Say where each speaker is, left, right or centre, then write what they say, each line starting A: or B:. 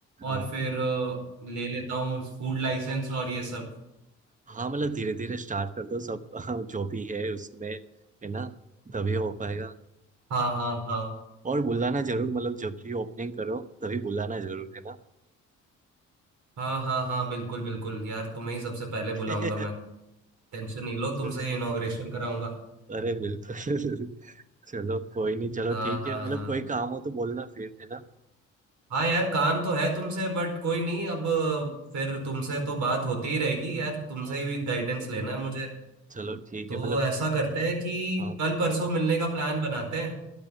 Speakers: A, on the right; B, on the right.
A: हाँ
B: और फिर अ, ले लेता हूँ फूड लाइसेंस और ये सब
A: हाँ मतलब धीरे धीरे स्टार्ट कर दो सब हाँ, जो भी है उसमें है ना तभी हो पाएगा
B: हाँ हाँ हाँ
A: और बुलाना जरूर मतलब जब भी ओपनिंग करो तभी बुलाना जरूर है ना
B: हाँ हाँ हाँ बिल्कुल बिल्कुल यार तुम्हें ही सबसे पहले
A: <laughs>
B: बुलाऊंगा मैं टेंशन नहीं लो
A: चलो
B: तुमसे इनॉग्रेशन कराऊंगा
A: अरे बिल्कुल <laughs> चलो कोई नहीं चलो
B: हाँ
A: ठीक
B: हाँ
A: है मतलब
B: हाँ
A: कोई काम हो तो बोलना फिर है ना
B: हाँ यार काम तो है तुमसे बट कोई नहीं अब फिर तुमसे तो बात होती ही रहेगी यार तुमसे
A: हाँ,
B: ही गाइडेंस लेना है मुझे
A: चलो ठीक
B: तो
A: है मतलब
B: ऐसा करते हैं कि
A: हाँ
B: कल परसों मिलने का प्लान बनाते हैं